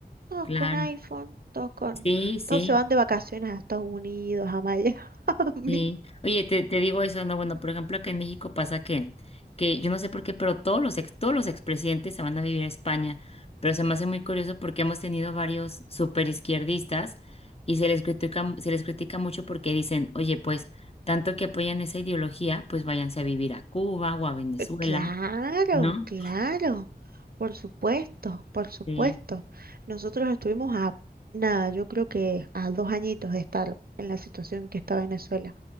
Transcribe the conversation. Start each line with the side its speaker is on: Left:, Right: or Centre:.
Right: todos
Left: claro.
Right: con iPhone, todos con,
Left: Sí, sí.
Right: todos se van de vacaciones a Estados Unidos, a Miami. <laughs>
Left: Sí, oye, te, te digo eso, no, bueno, por ejemplo, acá en México pasa que, que yo no sé por qué, pero todos los ex, todos los expresidentes se van a vivir a España, pero se me hace muy curioso porque hemos tenido varios superizquierdistas y se les critica, se les critica mucho porque dicen, oye, pues, tanto que apoyan esa ideología, pues váyanse a vivir a Cuba o a Venezuela,
Right: Claro,
Left: ¿no?
Right: claro, por supuesto, por supuesto.
Left: Sí,
Right: Nosotros estuvimos a nada, yo creo que a dos añitos de estar en la situación que está Venezuela.